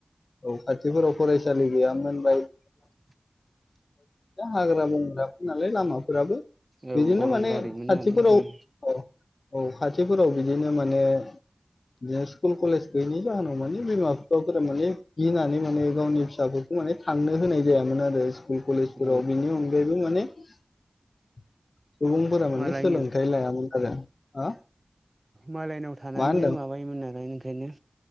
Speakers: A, on the left; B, on the right.
A: औ खाथिफोराव फरायसालि गैयामोन बायक
B: <unintelligible>
A: हाग्रा बंग्राफोर नालाय लामाफोराबो
B: औ
A: बिदिनो
B: अरनबारिमोन
A: माने खाथिफोराव
B: नालाय
A: औ औ खाथिफोराव बिदिनो माने बिदिनो स्कुल कलेज गैयिनि जाहोनाव माने बिमा बिफाफोरा माने गिनानै माने गावनि फिसाफोरखौ माने थांनो होनाय जायामोन आरो स्कुल कलेज
B: औ
A: बेनि अनगायैबो माने सुबुंफोरा माने
B: मालायनि
A: सोलोंथाइ लायामोन आरो। हा
B: मालायनाव थानानैनो
A: मा होनदों
B: माबायोमोन नालाय ओंखायनो